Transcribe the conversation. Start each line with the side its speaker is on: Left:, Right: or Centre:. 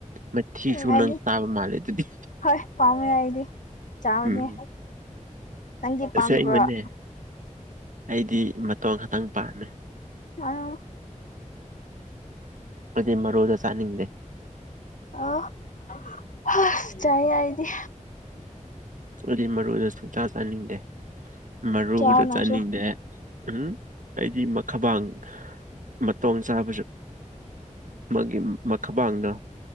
Right: ꯃꯊꯤꯁꯨ
Left: ꯎꯝ ꯑꯩꯗꯤ
Right: ꯅꯪ ꯆꯥꯕ ꯃꯥꯜꯂꯦ ꯑꯗꯨꯗꯤ
Left: ꯍꯣꯏ ꯄꯥꯝꯃꯦ ꯑꯩꯗꯤ ꯆꯥꯕꯅꯦ
Right: ꯎꯝ
Left: ꯅꯪꯗꯤ ꯄꯥꯝꯗꯕ꯭ꯔꯣ
Right: ꯑꯁꯦꯡꯕꯅꯦ
Left: ꯑ
Right: ꯑꯩꯗꯤ ꯃꯇꯣꯡ ꯈꯛꯇꯪ ꯄꯥꯝꯃꯦ
Left: ꯑ
Right: ꯑꯩꯈꯣꯢꯗꯤ ꯃꯔꯨꯗꯣ ꯆꯥꯅꯤꯡꯗꯦ
Left: ꯑꯣ ꯍꯥ ꯆꯥꯏ ꯑꯩꯗꯤ
Right: ꯑꯩꯗꯤ ꯃꯔꯨꯗꯣ ꯁꯨꯡꯆꯥ ꯆꯥꯅꯤꯡꯗꯦ ꯃꯔꯨꯗꯣ
Left: ꯆꯥꯎ ꯅꯪꯁꯨ
Right: ꯆꯥꯅꯤꯡꯗꯦ ꯎꯝ ꯑꯩꯗꯤ ꯃꯈꯕꯡ ꯃꯇꯣꯡ ꯆꯥꯕꯁꯨ ꯃꯥꯒꯤ ꯃꯈꯕꯥꯥꯡꯗꯣ